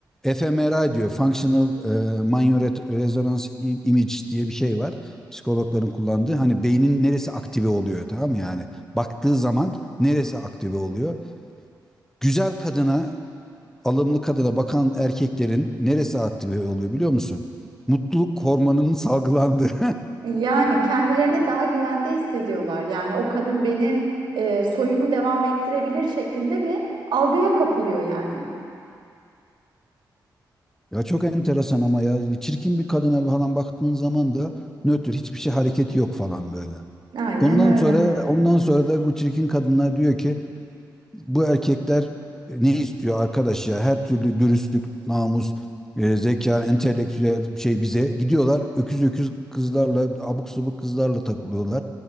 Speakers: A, in the centre; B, on the right.
A: fMRI diyor. Functional e, Magnetic Resonance I- Image diye bir şey var. Psikologların kullandığı. Hani beynin neresi aktive oluyor tamam yani. Baktığı zaman neresi aktive oluyor? Güzel kadına, alımlı kadına bakan erkeklerin neresi aktive oluyor biliyor musun? Mutluluk hormonunun salgılandığı. <laughs>
B: Yani kendilerine daha güvende hissediyorlar. Yani o kadın benim e, soyumu devam ettirebilir şeklinde bir algıya kapılıyor yani.
A: Ya çok enteresan ama ya Bir çirkin bir kadına falan baktığın zaman da nötr hiçbir şey hareket yok falan böyle.
B: Aynen
A: Ondan
B: öyle.
A: sonra ondan sonra da bu çirkin kadınlar diyor ki bu erkekler ne istiyor arkadaş ya? Her türlü dürüstlük, namus, e, zeka, entelektüel şey bize gidiyorlar. Öküz öküz kızlarla, abuk subuk kızlarla takılıyorlar.